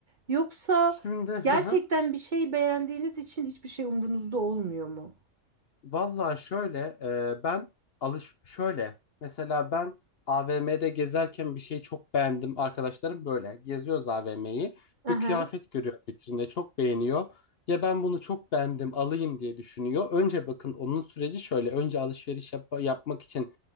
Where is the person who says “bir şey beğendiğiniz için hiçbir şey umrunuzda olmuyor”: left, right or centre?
Right